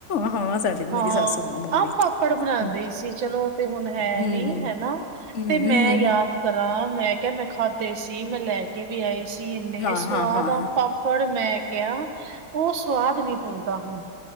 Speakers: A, on the left (about 45°); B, on the right (about 70°).
A: ਹਾਂ ਹਾਂ ਸਾਡੀ
B: ਹਾਂ
A: ਮੇਰੀ ਸਾਸੂ ਮਾਂ ਮੰਮੀ
B: ਅੰਮ ਪਾਪੜ ਬਣਾਦੀ
A: ਹਮ
B: ਸੀ ਚਲੋ ਔ ਤੇ ਹੁਣ ਹੈ
A: ਹਮ
B: ਨੀ
A: ਹਮ
B: ਹੈਨਾ,
A: ਹਮ
B: ਤੇ ਮੈਂ
A: ਹਮ ਹਮ
B: ਯਾਦ
A: ਹਮ
B: ਕਰਾਂ ਮੈਂ ਕਿਹਾ ਮੈਂ ਖਾਧੇ ਸੀ ਮੈਂ ਲੈ ਕੇ ਵੀ ਆਈ ਸੀ, ਇੰਨੇ
A: ਹਾਂ
B: ਸਵਾਦ
A: ਹਾਂ ਹਾਂ
B: ਅੰਮ
A: ਹਾਂ
B: ਪਾਪੜ, ਮੈਂ ਕਿਹਾ ਉਹ ਸਵਾਦ ਨੀ ਹੁਣ ਤਾਂ ਹੂ